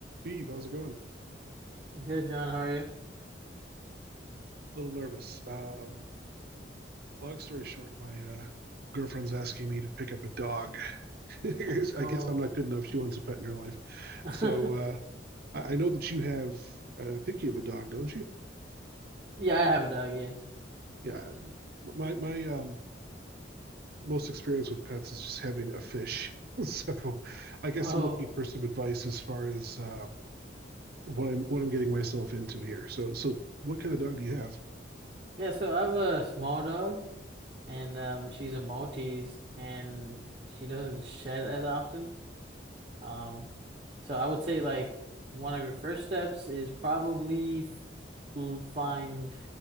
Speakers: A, on the right; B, on the right.
A: Beeve, how's it going?
B: Good, John. How are you?
A: A little nervous. Um, long story short, my uh, girlfriend's asking me to pick up a dog. <laughs> I guess I
B: Oh,
A: guess I'm not good enough. She wants a pet in her life.
B: <laughs>
A: So uh, I, I know that you have, uh, I think you have a dog, don't you?
B: yeah, I have a dog. Yes.
A: Yeah. My my um, most experience with pets is just having a fish. <laughs> So I guess
B: Oh,
A: I'm looking for some advice as far as um, what I'm what I'm getting myself into here. So so what kind of dog do you have?
B: yeah. So I have a small dog, and um, she's a Maltese, and she doesn't shed as often. Um, so I would say like one of your first steps is probably f- l- find